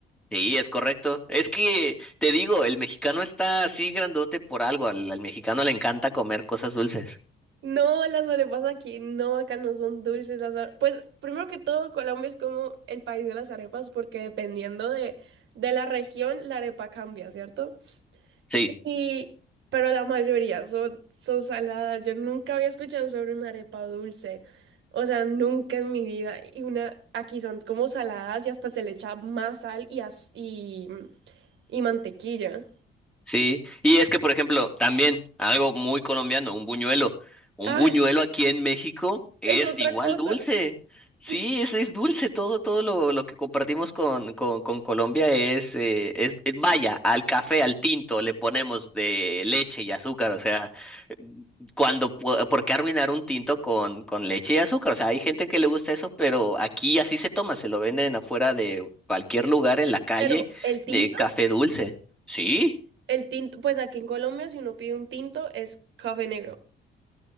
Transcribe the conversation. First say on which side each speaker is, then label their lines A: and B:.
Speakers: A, in the centre; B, on the right.
A: Sí, es correcto. Es que, te digo, el mexicano está así grandote por algo. Al, al mexicano le encanta comer cosas dulces.
B: No, las arepas aquí, no, acá no son dulces las arepas. Pues primero que todo, Colombia es como el país de las arepas porque dependiendo de, de la región, la arepa cambia, ¿cierto?
A: Sí.
B: Y, pero la mayoría son, son saladas. Yo nunca había escuchado sobre una arepa dulce. O sea, nunca en mi vida. Y una, aquí son como saladas y hasta se le echa más sal y, az- y, y mantequilla.
A: Sí, y es que, por ejemplo, también algo muy colombiano, un buñuelo. Un
B: Ah,
A: buñuelo
B: es
A: aquí en México es
B: es otra
A: igual
B: cosa.
A: dulce.
B: <laughs>
A: Sí,
B: Sí.
A: es, es dulce. Todo, todo lo, lo que compartimos con, con, con Colombia es, eh, es, es- vaya, al café, al tinto, le ponemos de leche y azúcar. O sea, cuando, pu- ¿por qué arruinar un tinto con, con leche y azúcar? O sea, hay gente que le gusta eso, pero aquí así se toma, se lo venden afuera de cualquier lugar en la calle,
B: Pero el tinto,
A: de café dulce. Sí.
B: el tinto, pues aquí en Colombia, si uno pide un tinto, es café negro. <laughs>